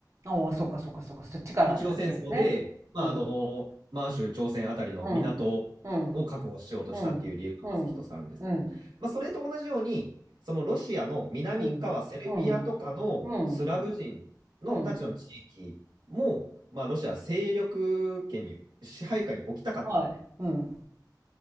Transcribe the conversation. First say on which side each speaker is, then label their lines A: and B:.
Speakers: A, on the right (about 40°); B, on the right (about 85°).
A: おお、そっかそっかそっか。そっちから先ですね。
B: 日露戦争で、まあ、
A: うん。
B: あの、満州、朝鮮あたりの港を確保しようとしたっていう理由がまず一つあるんですけど、
A: うん。うん。うん。うん。うん。
B: まあ、それと同じように、そのロシアの南側、
A: うん。
B: セルビアとかのスラブ人のたちの地域も、
A: うん。うん。うん。
B: まあ、ロシアは勢力圏に、支配下に置きたかった
A: はい。うん。